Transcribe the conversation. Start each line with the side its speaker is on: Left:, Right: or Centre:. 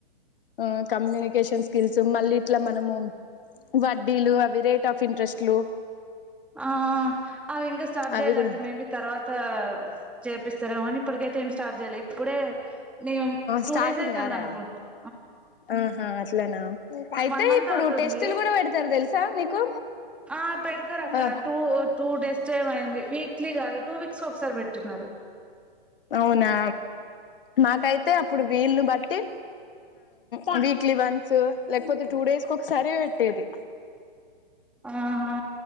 Left: ఆ కమ్యూనికేషన్ స్కిల్స్ మళ్ళీ ఇట్లా మనము వడ్డీలు అవి రేట్ ఆఫ్ ఇంట్రెస్ట్లు
Centre: ఆ అ ఇంకా స్టార్ట్
Left: అవి
Centre: చేయలేక
Left: కూడా
Centre: మేబి తర్వాత చేపిస్త స్తరేమో అని ఇప్పటికైతే ఏం స్టార్ట్ చేయలే ఇప్పుడే మేము టూ
Left: స్టార్టింగ్
Centre: డేస్ అవుతుంది
Left: ఆరా
Centre: అనుకుంటాం
Left: ఆహా అట్లనా అయితే
Centre: వన్ మంత్
Left: ఇప్పుడు
Centre: అవుతుంది
Left: టెస్టులు కూడా పెడతారు తెలుసా నీకు
Centre: ఆ పెడతారు అక్క
Left: ఆ
Centre: టూ టూ డేస్ ఏమైంది వీక్లీ కాదు టూ వీక్ సో ఒకసారి పెట్టున్నారు
Left: అవునా మాకైతే అప్పుడు వీళను బట్టి ఆ వీక్లీ వన్స్ లేకపోతే టూ డేస్ కి ఒకసారి పెట్టేది
Centre: ఆహా